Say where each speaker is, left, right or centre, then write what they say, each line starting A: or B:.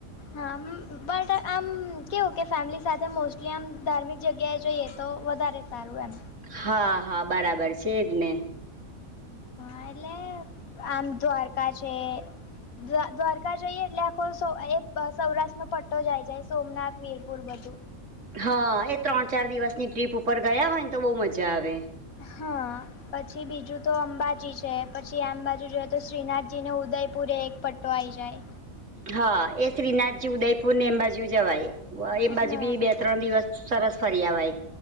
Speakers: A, on the left; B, on the right.
A: હામ બટ આમ કેવુ કે ફેમિલી સાથે મોસ્ટલી આમ ધાર્મિક જગ્યાએ જઈએ તો વધારે સારું એમ.
B: હા હા બરાબર છે એજને.
A: હા એટલે આમ દ્વારકા છે. દ્વા દ્વારકા જઈએ એટલે આખો સૌ એ બ સૌરાષ્ટ્રનો પટ્ટો જ આઈ જાય સોમનાથ, વીરપુર બધુ.
B: હા એ ત્રણ ચાર દિવસની ટ્રીપ ઉપર ગયા હોયન તો બહુ મજા આવે.
A: હા. પછી બીજુ તો અંબાજી છે પછી આમ બાજુ જોએ તો શ્રીનાથજી ને ઉદયપુર એક પ ટો આઈ જાય.
B: હા, એ શ્રીનાથજી, ઉદયપુર ને, અંબાજીયું જવાય. વ એમ બાજુ
A: હા
B: બી બે-ત્રણ દિવસ સરસ ફરી આવાય.